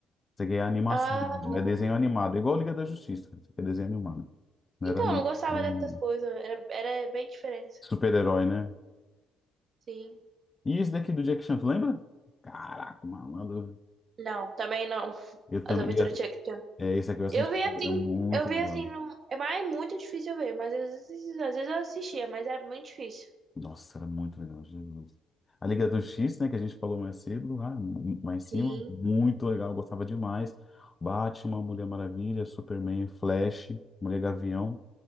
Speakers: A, on the left; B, on the right.
A: Esse aqui é animação,
B: ah,
A: mesmo,
B: não.
A: é desenho animado. É igual Liga da Justiça. Isso aqui é desenho animado. Não
B: Então,
A: era anime.
B: eu não gostava
A: não era
B: dessas
A: anime.
B: coisas. Era, era bem diferente.
A: Super-herói, né?
B: Sim.
A: E esse daqui do Jack Chan, tu lembra? Caraca, malandro.
B: Não, também não. <laughs>
A: Eu também.
B: As aventuras de Jackie Chan.
A: É, esse aqui eu assisti.
B: Eu vi assim,
A: Era muito
B: eu vi
A: legal.
B: assim, não... é mais é muito difícil eu ver, mas às vezes, às vezes eu assistia, mas era muito difícil.
A: Nossa, era muito legal, Jesus. A Liga do X, né, que a gente falou mais cedo, lá, m- mais em cima,
B: Sim,
A: muito legal, eu gostava demais. Batman, Mulher Maravilha, Superman, Flash, Mulher Gavião